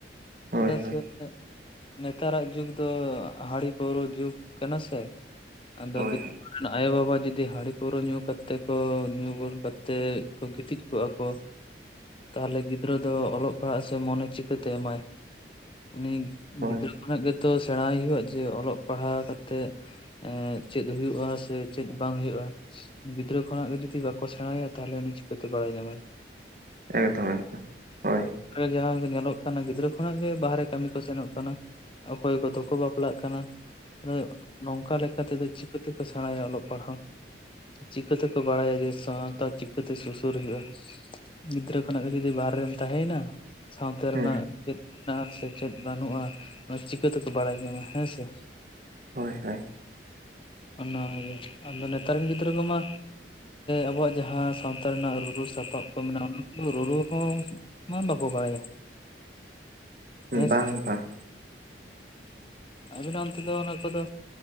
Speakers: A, on the right (about 45°); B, on the left (about 30°).
A: ᱦᱳᱭ
B: ᱪᱮᱫᱟᱜ
A: ᱦᱳᱭ
B: ᱥᱮ? ᱱᱮᱛᱟᱨᱟᱜ ᱡᱩᱜᱽ ᱫᱚ ᱦᱟᱺᱲᱤ ᱯᱟᱹᱣᱨᱟᱹ ᱡᱩᱜᱽ ᱠᱟᱱᱟ ᱥᱮ ᱟᱫᱚ
A: ᱦᱳᱭ ᱦᱳᱭ
B: ᱟᱭᱳ ᱵᱟᱵᱟ ᱡᱩᱫᱤ ᱦᱟᱺᱰᱤ ᱯᱟᱹᱣᱨᱟᱹ ᱧᱩ ᱠᱟᱛᱮ ᱠᱚ ᱧᱩ ᱵᱩᱞ ᱠᱟᱛᱮᱫ ᱠᱚ ᱜᱤᱛᱤᱡ ᱠᱚᱜᱼᱟ ᱠᱚ ᱾ ᱛᱟᱦᱚᱞᱮ ᱜᱤᱫᱽᱨᱟᱹ ᱫᱚ ᱚᱞᱚᱜ ᱯᱟᱲᱦᱟᱜ ᱥᱮ ᱢᱚᱱᱮ ᱪᱤᱠᱟᱹᱛᱮ ᱮᱢᱟᱭ᱾ ᱩᱱᱤ
A: ᱦᱳᱭ
B: ᱜᱤᱫᱽᱨᱟᱹ ᱠᱷᱚᱱᱟᱜ ᱜᱮ ᱛᱚ ᱥᱮᱬᱟᱭ ᱦᱩᱭᱩᱜᱼᱟ, ᱡᱮ ᱚᱞᱚᱜ ᱯᱟᱲᱦᱟᱣ ᱠᱟᱛᱮᱜ ᱪᱮᱫ ᱦᱳᱭᱳᱜᱼᱟ ᱥᱮ ᱪᱮᱫ ᱵᱟᱝ ᱦᱩᱭᱩᱜᱼᱟ ᱾ ᱜᱤᱫᱽᱨᱟᱹ ᱠᱷᱚᱱᱟᱜ ᱜᱮ ᱡᱩᱫᱤ ᱵᱟᱠᱚ ᱥᱮᱬᱟᱭᱟ ᱛᱟᱦᱚᱞᱮ ᱩᱱᱤ ᱪᱤᱠᱟᱹᱛᱮ ᱵᱟᱲᱟᱭ ᱧᱟᱢᱟᱭ ᱾
A: ᱮᱠᱫᱚᱢ ᱮᱠᱫᱚᱢ ᱦᱳᱭ ᱾
B: ᱡᱟᱦᱟᱸ ᱧᱮᱞᱚᱜ ᱠᱟᱱᱟ ᱜᱤᱫᱽᱨᱟᱹ ᱠᱷᱚᱱᱟᱜ ᱜᱮ, ᱵᱟᱦᱨᱮ ᱠᱟᱹᱢᱤ ᱠᱚ ᱥᱮᱱᱚᱜ ᱠᱟᱱᱟ, ᱚᱠᱚᱭ ᱠᱚᱫᱚ ᱠᱚ ᱵᱟᱯᱞᱟᱜ ᱠᱟᱱᱟ ᱾ ᱟᱫᱚ ᱱᱚᱝᱠᱟ ᱞᱮᱠᱟ ᱛᱮᱫᱚ ᱪᱤᱠᱟᱹ ᱛᱮᱠᱚ ᱥᱮᱬᱟᱭᱟ ᱚᱞᱚᱜ ᱯᱟᱲᱦᱟᱣ ᱾ ᱪᱤᱠᱟᱹ ᱛᱮᱠᱚ ᱵᱟᱲᱟᱭᱟ ᱡᱮ ᱥᱟᱶᱛᱟ ᱪᱤᱠᱟᱹ ᱛᱮ ᱥᱩᱥᱚᱨ ᱦᱩᱭᱩᱜᱼᱟ ᱾ ᱜᱤᱫᱽᱨᱟᱹ ᱠᱷᱚᱱᱟᱜ ᱜᱮ ᱡᱩᱫᱤ ᱵᱟᱭᱨᱮᱢ ᱛᱟᱦᱮᱱᱟ ᱥᱟᱶᱛᱟ
A: ᱦᱩᱸ
B: ᱨᱮᱱᱟᱜ ᱪᱮᱫ ᱥᱮ ᱪᱮᱫ ᱵᱟᱹᱱᱩᱜᱼᱟ᱾ ᱚᱱᱟ ᱪᱤᱠᱟᱹ ᱛᱮᱠᱚ ᱵᱟᱲᱟᱭ ᱧᱟᱢᱟ ᱦᱮᱸ ᱥᱮ ᱾
A: ᱦᱳᱭ, ᱦᱳᱭ
B: <inaudible>
A: ᱾
B: ᱚᱱᱟ ᱜᱮ ᱟᱫᱚ ᱱᱮᱛᱟᱨ ᱨᱮᱱ ᱜᱤᱫᱽᱨᱟᱹ ᱠᱚᱢᱟ ᱟᱵᱚᱣᱟᱜ ᱡᱟᱦᱟᱸ ᱥᱟᱶᱛᱟ ᱨᱮᱱᱟᱜ ᱨᱩᱨᱩ ᱥᱟᱯᱟᱵ ᱠᱚ ᱢᱮᱱᱟᱜᱼᱟ, ᱚᱱᱟ ᱠᱚᱫᱚ ᱨᱩᱨᱩ ᱦᱚᱸ ᱢᱟ ᱵᱟᱠᱚ ᱵᱟᱲᱟᱭᱟ ᱾ ᱦᱮᱸ ᱥᱮ
A: ᱵᱟᱝ ᱵᱟᱝ
B: ᱾ ᱟᱵᱤᱱᱟᱜ ᱚᱱᱛᱮ ᱫᱚ, ᱚᱱᱟ ᱠᱚᱫᱚ